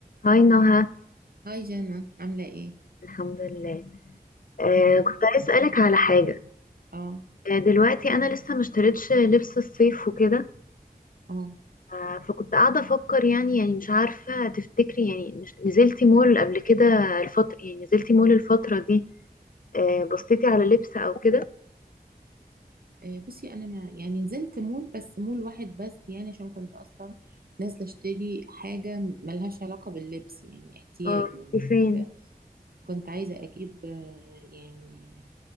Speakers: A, on the left; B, on the right.
A: هاي نهى
B: هاي جانا عاملة ايه؟
A: الحمد لله آه
B: مم.
A: كنت عايز اسالك على حاجه
B: اه
A: آه دلوقتي انا لسه ما اشتريتش لبس الصيف وكده
B: اه
A: آه فكنت قاعده افكر يعني يعني مش عارفه تفتكري يعني مش نزلتي مول قبل كده الفتره يعني نزلتي مول الفتره دي آه بصيتي على لبس او كده
B: إيه، بصي انا ما يعني نزلت مول بس مول واحد بس يعني عشان كنت اصلا نازلة اشتري حاجة ملهاش علاقة باللبس يعني احتياج
A: اه
B: يعني
A: دي فين
B: ف- كنت عايزة اجيب آه، يعني